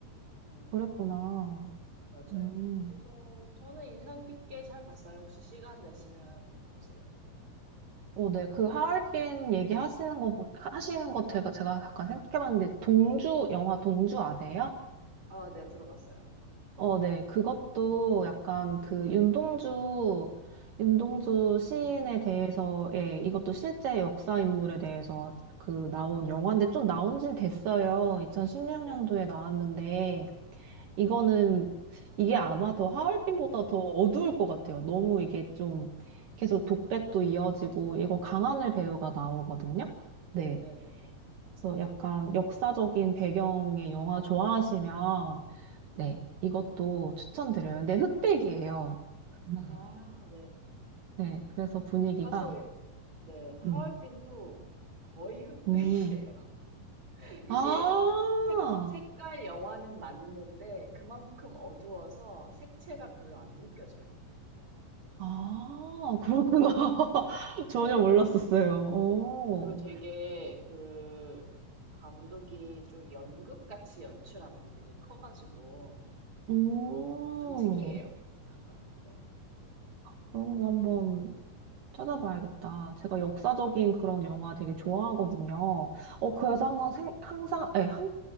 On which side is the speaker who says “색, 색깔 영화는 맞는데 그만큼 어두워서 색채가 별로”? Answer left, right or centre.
Right